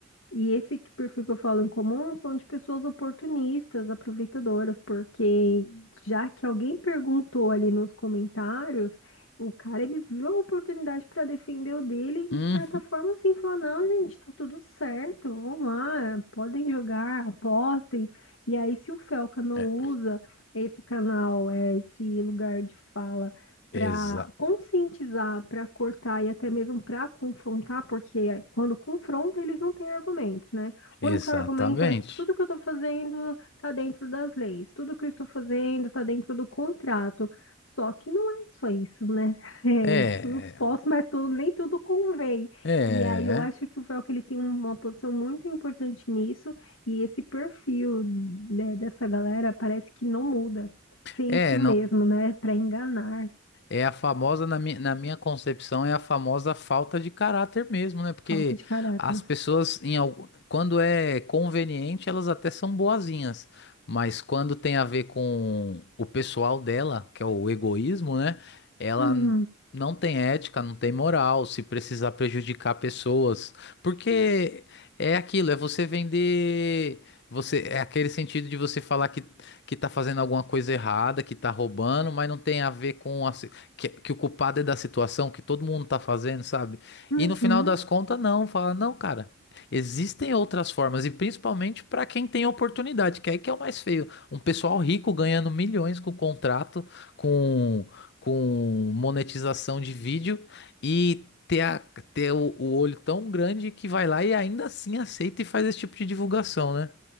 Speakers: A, on the left; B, on the left.
A: E esse que- perfil que eu falo em comum são de pessoas oportunistas, aproveitadoras, porque já que alguém perguntou ali nos comentários, o cara ele viu a oportunidade para defender o dele e
B: Uhum.
A: de certa forma assim falar, não, gente, tá tudo certo, vão lá, podem jogar, apostem. E aí se o Felca não
B: É,
A: usa esse canal, é esse lugar de fala para
B: exa
A: conscientizar, para cortar e até mesmo para confrontar, porque quando confronta eles não têm argumentos, né?
B: exatamente.
A: O único argumento é que tudo que eu estou fazendo está dentro das leis, tudo que eu estou fazendo está dentro do contrato. Só que não é só isso, né? <laughs> É,
B: É,
A: tudo posso, mas tudo, nem tudo convém.
B: é,
A: E aí eu acho que o Velcro ele tem uma posição muito importante nisso e esse perfil né, dessa galera parece que não muda, sempre
B: é,
A: o
B: não,
A: mesmo, né? Para enganar.
B: É a famosa, na minha, na minha concepção, é a famosa falta de caráter mesmo, né? Porque
A: Falta de caráter.
B: as pessoas, em, algu- quando é conveniente, elas até são boazinhas, mas quando tem a ver com o pessoal dela, que é o egoísmo, né? Ela
A: Uhum,
B: n- não tem ética, não tem moral, se precisar prejudicar pessoas. Porque é aquilo, é você vender. Você, é aquele sentido de você falar que que tá fazendo alguma coisa errada, que tá roubando, mas não tem a ver com, a, que, que o culpado é da situação, que todo mundo tá fazendo, sabe?
A: uhum.
B: E no final das contas, não, fala, não, cara, existem outras formas, e principalmente para quem tem oportunidade, que aí que é o mais feio. Um pessoal rico ganhando milhões com contrato, com, com monetização de vídeo, e ter, a- ter o, o olho tão grande que vai lá e ainda assim aceita e faz esse tipo de divulgação, né?